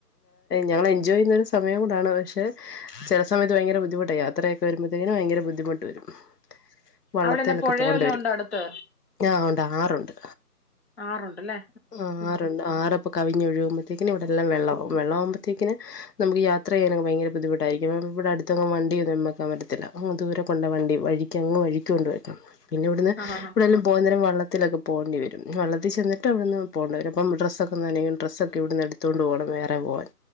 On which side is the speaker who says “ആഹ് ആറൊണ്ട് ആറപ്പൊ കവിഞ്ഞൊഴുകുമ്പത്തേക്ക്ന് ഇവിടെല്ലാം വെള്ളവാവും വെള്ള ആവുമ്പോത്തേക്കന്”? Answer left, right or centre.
Left